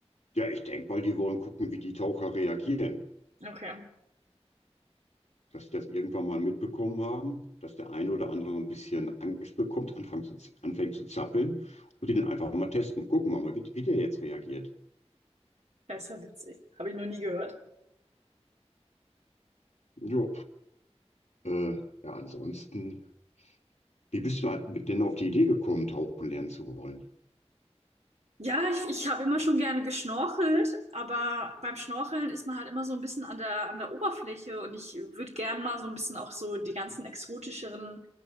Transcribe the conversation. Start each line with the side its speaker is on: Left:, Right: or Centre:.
Left: ja, ich denke mal, die wollen gucken, wie die Taucher reagieren.
Right: Okay.
Left: dass sie das irgendwann mal mitbekommen haben, dass der eine oder andere ein bisschen Angst bekommt, anfängt zu, z- anfängt zu zappeln und die dann einfach mal testen. Gucken wir mal, wie, wie der jetzt reagiert.
Right: Das ist ja witzig. Habe ich noch nie gehört.
Left: Jo, äh, ja, ansonsten, wie bist du denn auf die Idee gekommen, tauchen lernen zu wollen?
Right: Ja, ich, ich habe immer schon gerne geschnorchelt, aber beim Schnorcheln ist man halt immer so ein bisschen an der, an der Oberfläche und ich würde gern mal so ein bisschen auch so die ganzen exotischeren